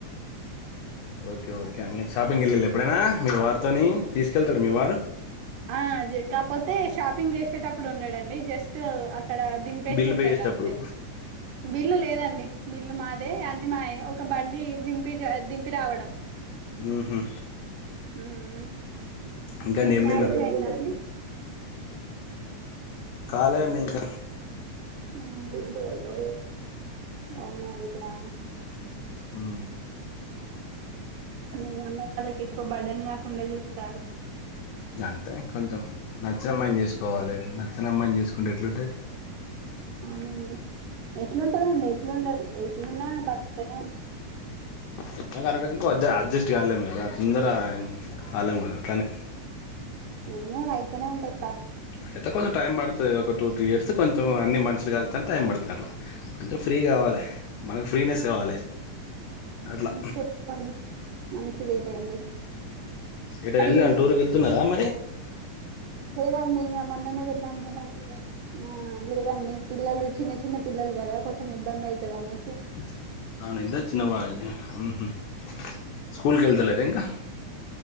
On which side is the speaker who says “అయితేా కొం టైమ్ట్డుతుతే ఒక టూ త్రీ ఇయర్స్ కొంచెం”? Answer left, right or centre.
Left